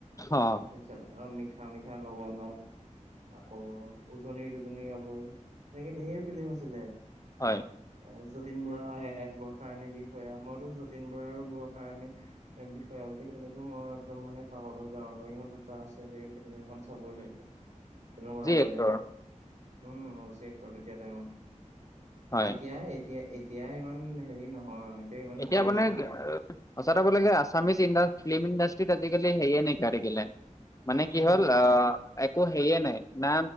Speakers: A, on the left; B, on the right.
A: অঁ
B: মিছন অঁ মিঠা মিঠা লগনত আকৌ উজনিৰ দুজনী গাভৰু তেনেকে ধেৰ ফিলিম আছিলে।
A: হয়।
B: এ যতীন বৰা আহে বৰ্ষা ৰাণী বিষয়া মইতো যতীন বৰা আৰু বৰ্ষাৰাণী বিষয়া বুলি কলেটো মই একদম মানে পাগল হৈ যাওঁ আৰু ইহঁত দুটা আছে সে ফিলিমত। খন চাবই লাগিব, তেনেকুৱা হৈ
A: এক্টৰ।
B: যায় আৰু। উম অ' যেন অ' তেতিয়া টাইমত,
A: হয়।
B: এতিয়া এতিয়া এতিয়া ইমান হেৰি নহয় এ ইমান
A: এতিয়া
B: ক্ৰেজ
A: মানে
B: নাই।
A: সঁচা কথা ক'ব গ'লে আছামিছ ইণ্ডাচ ফিল্ম ইণ্ডাষ্ট্ৰিত আজিকালি সেইয়ে নাইকীয়া হৈ থাকিলে। মানে
B: সেইটোৱে
A: কি হ'ল,
B: সেইটোৱে
A: আহ একো হেইয়ে নাই না